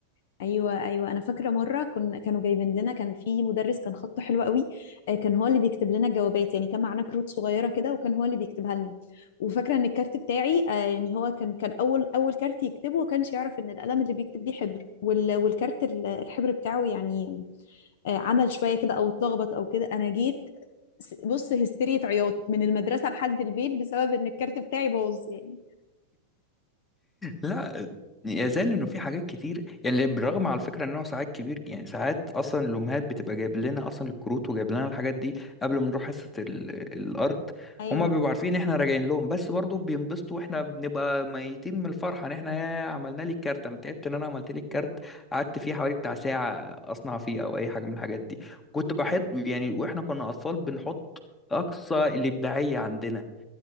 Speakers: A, on the left (about 55°); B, on the left (about 15°).
A: ايوه ايوه انا فاكره مره كنا كانوا جايبين لنا كان في مدرس كان خطه حلو قوي آه، كان هو اللي بيكتب لنا الجوابات يعني كان معانا كروت صغيره كده وكان هو اللي بيكتبها لنا وفاكره ان الكارت بتاعي آه، يعني هو كان كان اول اول كارت يكتبه وكانش يعرف ان القلم اللي بيكتب بيه حبر وال- والكارت ال- الحبر بتاعه يعني آه، عمل شويه كده او اتلخبط او كده انا جيت س- بص هستيرية عياط من المدرسه لحد البيت بسبب ان الكارت بتاعي باظ يعني
B: لا يزال انه في حاجات كتير يعني بالرغم على فكره انه ساعات كبير يعني ساعات اصلا الامهات بتبقى جايب لنا اصلا الكروت وجايب لنا الحاجات دي قبل ما نروح حصه ال- الارت
A: ايوه
B: هما بيبقوا عارفين احنا راجعين لهم بس برضو بينبسطوا واحنا بنبقى ميتين من الفرحه ان احنا يا عملنا لي الكارت انا تعبت ان انا عملت لي الكارت قعدت فيه حوالي بتاع ساعه اصنع فيه او اي حاجه من الحاجات دي كنت بحط يعني واحنا كنا اطفال بنحط اقصى الابداعيه عندنا